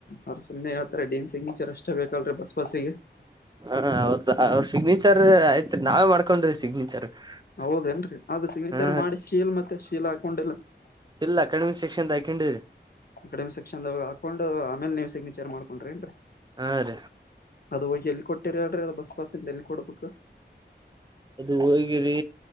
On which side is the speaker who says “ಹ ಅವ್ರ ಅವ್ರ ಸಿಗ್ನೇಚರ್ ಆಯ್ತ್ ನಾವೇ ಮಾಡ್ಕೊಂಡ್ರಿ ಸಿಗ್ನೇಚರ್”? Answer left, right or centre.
Right